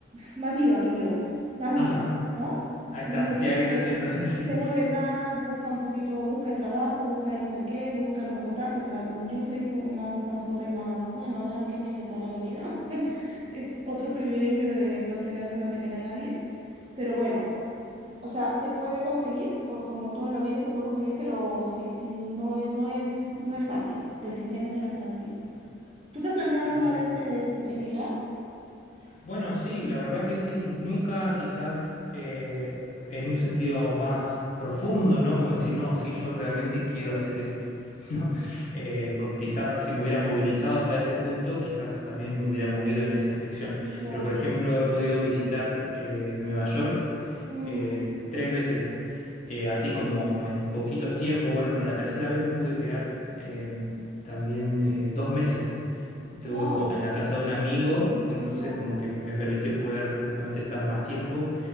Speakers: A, on the right (about 30°); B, on the left (about 40°).
A: más viva que yo, más viva,
B: Ajá,
A: ¿no?
B: ahí
A: En
B: está,
A: el sentido
B: sí, ahí
A: de que
B: lo entiendo, <laughs> sí,
A: se mueve más, busca un poquito, busca el trabajo, busca el no sé qué, busca los contactos. O sea, yo soy un poco más pasota y más, bueno, a ver qué me depara la vida. Es otro privilegio de no tener que mantener a nadie, pero bueno, o sea, se puede conseguir, por como toda la vida se puede conseguir, pero sí, sí, no, e- no es, no es fácil, definitivamente no es fácil. ¿Tú te has planteado
B: entiendo.
A: alguna vez eh, emigrar?
B: Bueno, sí, la verdad que sí. Nunca quizás eh, en un sentido más profundo, ¿no? Como decir, no, sí, yo realmente quiero hacer esto, <laughs> ¿no? Eh, porque quizás si me hubiera movilizado hasta ese punto, quizás también me hubiera movido en esa dirección.
A: Claro.
B: Pero, por ejemplo, he podido visitar eh, Nueva York
A: Mm,
B: eh, tres veces, eh, así como en poquitos tiempos. Bueno, la tercera vez me pude quedar eh, también eh, dos meses. Estuve
A: wow,
B: co- en la casa de un amigo, entonces
A: ya,
B: como que me permitió poder justamente estar más tiempo.